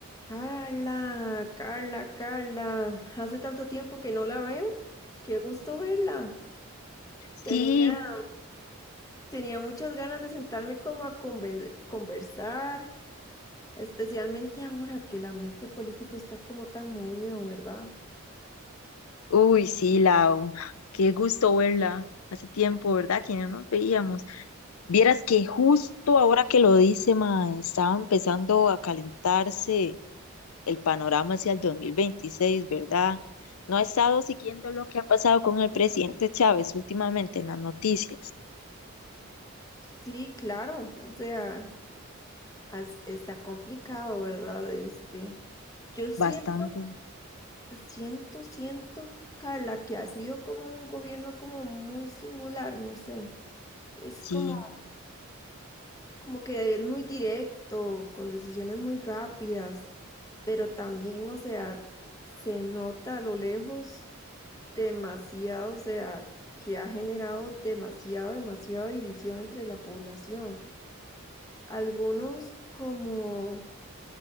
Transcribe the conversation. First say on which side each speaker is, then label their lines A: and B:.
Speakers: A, on the left (about 15°); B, on the left (about 75°).
A: Carla, Carla, Carla, hace tanto tiempo que no la veo. Qué gusto verla.
B: Sí,
A: Tenía, tenía muchas ganas de sentarme como a conven- conversar, especialmente ahora que el ambiente político está como tan movido, ¿verdad?
B: uy, sí, Lau, qué gusto verla. Hace tiempo, ¿verdad? Que no nos veíamos. Vieras que justo ahora que lo dice, ma, estaba empezando a calentarse el panorama hacia el 2026, ¿verdad? No he estado siguiendo lo que ha pasado con el presidente Chávez últimamente en las noticias.
A: Sí, claro, o sea, as- está complicado, ¿verdad? Este, yo siento,
B: Bastante.
A: siento, siento, Carla, que ha sido como un gobierno como muy singular, no sé. Es
B: Sí,
A: como Como que es muy directo, con decisiones muy rápidas, pero también, o sea, se nota a lo lejos demasiado, o sea, que ha generado demasiado, demasiada división entre la población. Algunos como,